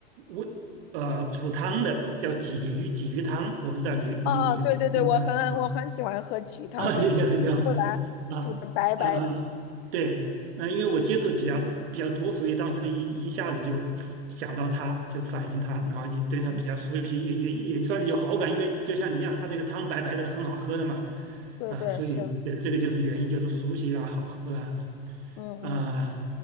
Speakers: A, on the right; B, on the left.
A: 煨呃煮汤的，叫鲫鱼，鲫鱼汤。我不知道你你你你们。
B: 哦哦，对对对，我很我很喜欢喝鲫鱼汤，
A: 嗯 <laughs> 啊，
B: 会
A: 也也很欢喝啊，
B: 会把它煮的白白的。
A: 呃，对，嗯、因为我接触的比较比较多，所以当时一一下子就想到他，就反映他，然后你对他比较熟悉，
B: 嗯，
A: 也也也算是有好感，因为就像你一样，他这个汤白白的，很好喝的嘛，
B: 对对是，
A: 啊，所以呃，这个就是原因，就是熟悉啦，好喝啊，
B: 嗯嗯，
A: 啊啊，